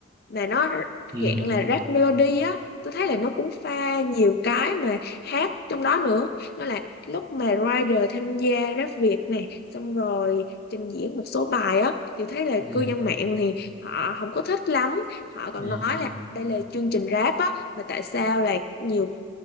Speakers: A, on the left; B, on the right.
A: mà nó
B: ừ
A: dạng là rap melody á tôi thấy là nó cũng pha nhiều cái mà hát trong đó nữa nó là lúc mà Rider tham gia Rap Việt này xong rồi trình diễn một số bài á thì thấy là
B: ừ
A: cư dân mạng thì họ không có thích lắm họ còn
B: ừ
A: nói là đây là chương trình rap á mà tại sao là nhiều